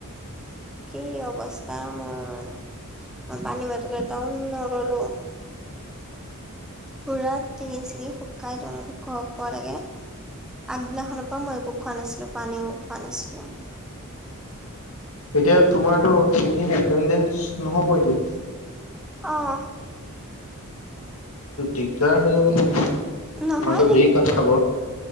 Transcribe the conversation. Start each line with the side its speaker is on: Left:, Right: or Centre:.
Centre: কি অৱস্থা মোৰ। পানী- বতল এটাও নল'লো পুৰা দিঙি- চিঙি শুকাই <unintelligible> ঘ পোৱা লাগে। আগদিনাখনৰ পা মই একো খোৱা নাছিলো পানীও খোৱা নাইছিলো
Left: এতিয়া তোমাৰতো তিনিদিন এটেডেঞ্চ নহব এতিয়া
Centre: অহ
Left: দিগদাৰ হৈ যাব ন'তোমাৰতো
Centre: নহয়
Left: হেৰি কাত খাব